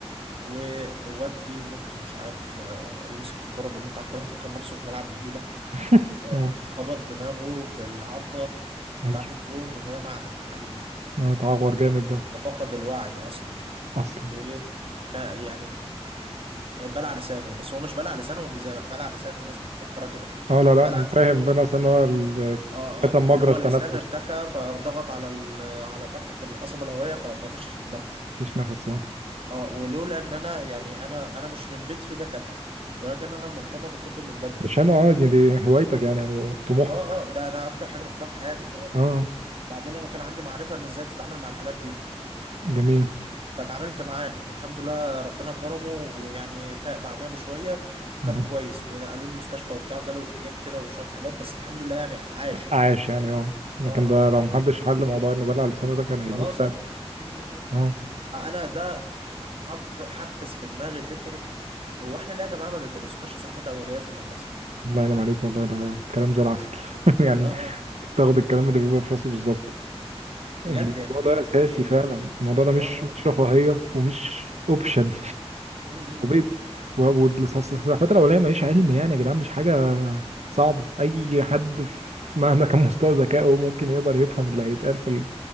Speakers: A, on the right; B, on the right.
A: وواد جه ينط مش عارف آه، يمسك الكرة بينط على الكرة مفكر نفسه في ملعب نجيلة
B: <laughs> اه
A: خبط دماغه في العارضة بتاعة
B: أي.
A: الجون وهي معدن حديد
B: اه تعور جامد ده
A: ففقد الوعي أصلا
B: اصلا
A: وإيه كان- يعني بلع لسانه بس هو مش بلع لسانه زي ما بلع لسانه الناس مفكرة كده
B: اه لا لا
A: بلع
B: فاهم
A: لسانه
B: بين اصلا هو ال-
A: اه
B: كتم
A: اه
B: مجرى
A: اللي هو
B: التنفس
A: اللسان ارتخى فضغط على ال- على فتحة القصبة الهوائية فما فيش نفس
B: مفيش نفس اه
A: اه ولولا ان انا يعني انا انا مش من بيت فيه دكاترة ولكن انا مهتمة بالطب من بدري
B: عشان اه دي دي هوايتك يعني او طموحك
A: اه اه ده انا اكتر حاجه بحبها في حياتي
B: اه
A: فبعدين انا كان عندي معرفه ان ازاي تتعامل مع الحالات دي
B: جميل
A: فاتعاملت معاه والحمد لله ربنا كرمه ويعني فاق بعدها بشويه وكان
B: مهم.
A: كويس ونقلوه المستشفى وبتاع وجاله ارتجاج كده وشويه حاجات بس الحمد لله يعني عاش يعني
B: عاش يعني اه لكن
A: اه اه
B: ده
A: اه
B: لو محدش حل موضوع انه بلع لسانه ده كان
A: كان
B: هيموت
A: خلاص
B: فعلا
A: اه م- م- م.
B: اه
A: انا ده حف- حفز في دماغي فكره هو احنا ليه يا جماعه ما بيدرسوناش اسعافات اوليه في المدرسه
B: الله ينعم عليك والله ده كلام زي العسل <laughs> يعني
A: اه اه
B: تاخد الكلام اللي بيبقى في راسي بالظبط
A: بجد
B: الموضوع
A: يعني ليه
B: ده اساسي
A: ليه
B: فعلا
A: ليه
B: الموضوع ده مش
A: اه اه
B: مش
A: آه.
B: رفاهية ومش اوبشن
A: م- م-
B: وبيت والفترة الأولانية ماليش علم يعني يا جدعان مش حاجة صعبة أي حد
A: م.
B: في <laughs> مهما كان مستوى ذكائه ممكن يقدر يفهم اللي هيتقال في ال-